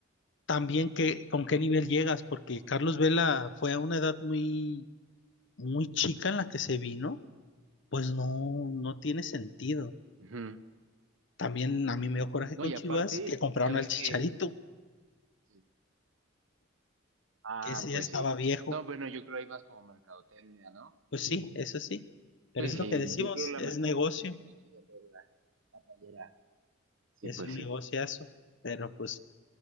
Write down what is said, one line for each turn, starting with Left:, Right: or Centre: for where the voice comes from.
Left: también que, con qué nivel llegas, porque Carlos Vela fue a una edad muy, muy chica en la que se vino, pues no, no tiene sentido.
Right: Ujú.
Left: También a mí me dio coraje
Right: No,
Left: con
Right: y
Left: Chivas
Right: aparte,
Left: que compraron
Right: ya ves
Left: al Chicharito,
Right: que... Sí. Ah,
Left: que ese ya
Right: pues
Left: estaba
Right: sí.
Left: viejo.
Right: No, bueno, yo creo hay más como mercadotecnia, ¿no?
Left: Pues sí, eso sí. Pero
Right: Pues
Left: es
Right: sí,
Left: lo que decimos,
Right: yo creo la
Left: es
Right: mercadotecnia,
Left: negocio,
Right: no hay que vender la, la playera. Sí,
Left: es
Right: pues
Left: un
Right: sí.
Left: negociazo. Pero pues